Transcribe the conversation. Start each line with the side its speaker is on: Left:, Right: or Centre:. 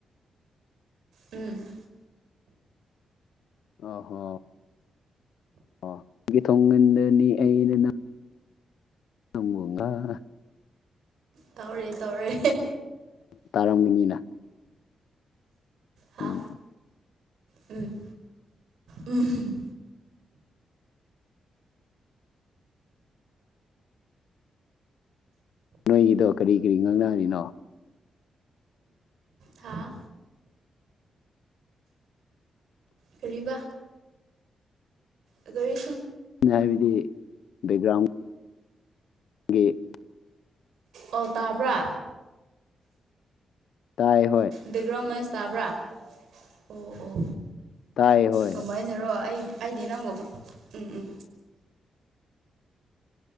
Right: ꯎꯝ
Left: ꯑ ꯍꯣ ꯑ ꯅꯪꯒꯤ ꯊꯣꯡꯒꯟꯗꯅꯤ ꯑꯩꯅ ꯅꯪ <unintelligible>
Right: ꯇꯧꯔꯦ ꯇꯧꯔꯦ
Left: ꯇꯥꯔꯝꯒꯅꯤꯅ
Right: ꯍꯥ
Left: ꯎꯝ
Right: ꯎꯝ ꯎꯝ
Left: ꯅꯣꯏꯒꯤꯗꯣ ꯀꯔꯤ ꯀꯔꯤ ꯉꯥꯡꯅꯔꯤꯅꯣ
Right: ꯍꯥꯥ ꯀꯔꯤꯕꯥ ꯑꯗꯨ
Left: ꯍꯥꯏꯕꯗꯤ ꯕꯦꯛꯒ꯭ꯔꯥꯎꯟ <unintelligible>
Right: ꯑꯣ ꯇꯥꯕ꯭ꯔꯥ
Left: ꯇꯥꯏ ꯍꯣꯏ
Right: ꯕꯦꯛꯒ꯭ꯔꯥꯎꯟ ꯅꯣꯏꯁ ꯇꯥꯕ꯭ꯔꯥ ꯑꯣ ꯑꯣ
Left: ꯇꯥꯏ ꯍꯣꯏ
Right: ꯀꯃꯥꯏꯅꯔꯣ ꯑꯩ ꯑꯩꯗꯤ ꯅꯝ ꯎꯝ ꯎꯝ